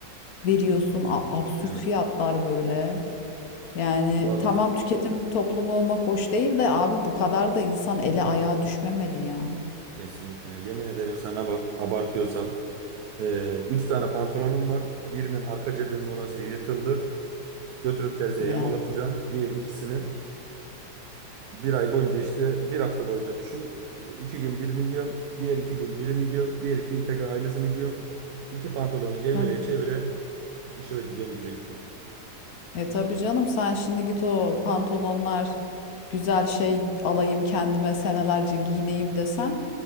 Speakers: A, on the left; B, on the right.
A: veriyorsun. A- absürt
B: Evet.
A: fiyatlar böyle. Yani
B: Vallahi
A: tamam tüketim toplumu olmak hoş değil de abi bu kadar da insan ele ayağa düşmemeli ya.
B: kesinlikle. Yemin ederim sana bak abartıyorsam. Ee, üç tane pantolonum var. Birinin arka cebinin orası yırtıldı. Götürüp terziye
A: Ya.
B: yamalatacağım. Diğer ikisini bir ay boyunca işte bir hafta boyunca düşün. E, iki gün birini giyiyorum. Diğer iki gün birini giyiyorum. Diğer iki gün tekrar aynısını giyiyorum. İki pantolonu evire
A: Tabii.
B: çevire işime gidiyorum gücek diyorum.
A: E tabii canım sen şimdi git o pantolonlar güzel şey alayım kendime senelerce giyineyim desen